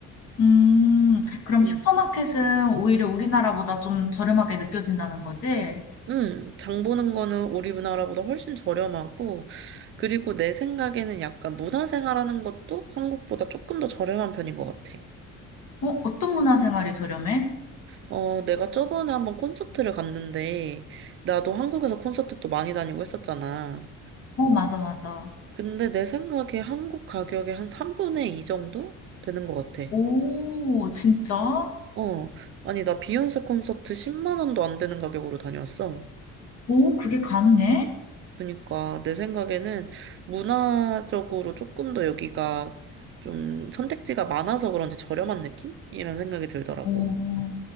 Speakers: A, on the left; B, on the right.
A: 음, 그럼
B: 음.
A: 슈퍼마켓은 오히려 우리나라보다 좀 저렴하게 느껴진다는 거지?
B: 음, 장 보는 거는 우리 나라보다 훨씬 저렴하고, 그리고 내 생각에는 약간 문화생활하는 것도 한국보다 조금 더 저렴한 편인 것 같아.
A: 어, 어떤 문화생활이 저렴해?
B: 어, 내가 저번에 한번 콘서트를 갔는데, 나도 한국에서 콘서트 또 많이 다니고 했었잖아.
A: 어, 맞아, 맞아.
B: 근데 내 생각에 한국 가격의 한 3분의 2 정도 되는 것 같아.
A: 오, 진짜?
B: 어, 아니, 나 비욘세 콘서트 10만 원도 안 되는 가격으로 다녀왔어.
A: 오, 그게 가능해?
B: 그러니까 내 생각에는 문화적으로 조금 더 여기가 좀 선택지가 많아서 그런지 저렴한 느낌? 이런 생각이 들더라고.
A: 오,